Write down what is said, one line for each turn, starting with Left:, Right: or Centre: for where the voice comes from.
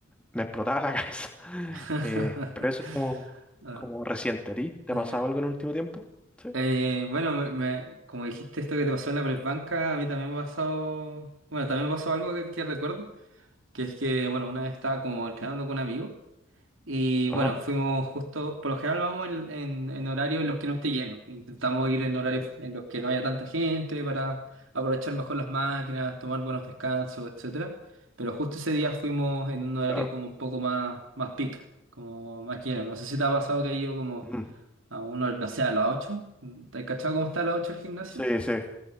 Centre: me explotaba la <laughs> cabeza.
Right: <laughs>
Centre: Eh, pero eso es como,
Right: Ah,
Centre: como reciente. ¿A ti te
Right: ah,
Centre: ha pasado
Right: ya.
Centre: algo en el último tiempo? Sí.
Right: Eh, bueno, me, me- como dijiste esto que te pasó en la press a mí también me pasó, bueno, también me pasó algo que, que recuerdo, que es que, bueno, una vez estaba como entrenando con un amigo. Y
Centre: Ajá,
Right: bueno, fuimos justo, por lo general vamos en, en, en horarios en los que no esté lleno. Intentamos ir en horarios en los que no haya tanta gente para aprovechar mejor las máquinas, tomar buenos descansos, etcétera. Pero justo ese día fuimos en un horario
Centre: claro.
Right: como un poco más, más peak, como más lleno. No sé si te ha pasado que ha ido como
Centre: Ujú.
Right: a uno, no sé, a las ocho ¿Te has cachado cómo está a las 8 el gimnasio?
Centre: Sí, sí.